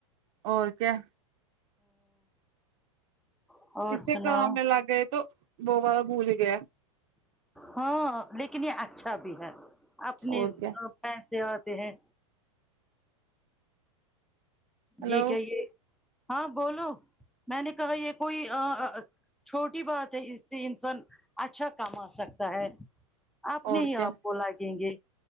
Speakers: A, on the right; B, in the centre.
A: اور کیا
B: ہوں اور
A: اس سے
B: سناؤ
A: کام میں لگ گئے تو وہ والا بھول ہی گیا
B: ہاں لیکن یہ اچھا بھی ہے اپنے
A: اور کیا
B: پیسے آتے ہیں
A: ہلو
B: یہ کیا یہ ہاں بولو میں نے کہا یہ کوئی اں آ آ چھوٹی بات ہے اس سے انسان اچھا کام آ سکتا ہے آپ نہیں
A: اور کیا
B: آپ کو لگیں گے